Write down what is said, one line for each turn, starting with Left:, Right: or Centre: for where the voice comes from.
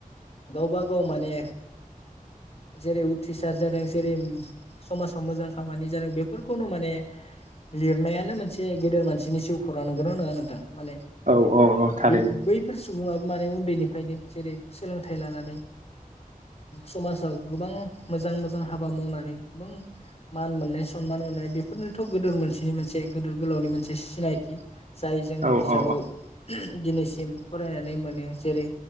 Left: गावबागाव माने जेरै उथ्रिसार जादों जेरै समाजाव मोजां खामानि जादों बेफोरखौनो माने लिरनायानो मोनसे गेदेर मानसिनि जिउखौरां नंगौना नङा नोंथां माने
Right: औ औ थारैनो
Left: बे बैफोर सुबुङा माने उनदैनिफ्रायनो जेरै सोलोंथाइ लानानै समाजाव गोबां मोजां मोजां हाबा मावनानै गोबां मान मोननाय सनमान मोननाय बेफोरनोथ' गोदोर मोनसेनि मोनसे गोदोर गोलावनि मोनसे सिनायथि जाय जों
Right: औ
Left: बिजाबाव
Right: औ
Left: दिनैसिम फरायनानै मोनो जेरै